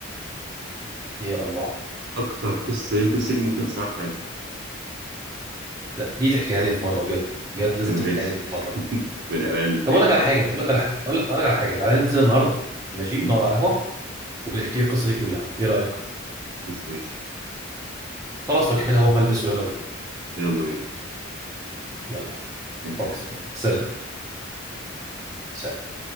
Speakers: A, on the right (about 15°); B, on the right (about 55°).
A: يا الله
B: أكتر قصة انترستنج ممكن تسمعها في حياتك
A: لا دي تحكيها لي في مره بجد بجد لازم
B: ماشي
A: تحكيها لي في مره
B: <laughs> بني آدمين بيتحط
A: طب اقول لك على حاجه اقول لك على حاجه اقول لك على حاجه تعالى ننزل النهارده ماشي
B: م؟
A: نقعد على القهوه ويحكي لي القصه دي كلها ايه رايك
B: قشطة ماشي
A: خلاص لو كده هو ملبس ويلا بينا
B: يلا بينا
A: يلا
B: ماشي
A: خلاص
B: حاجة
A: يلا سلام سلام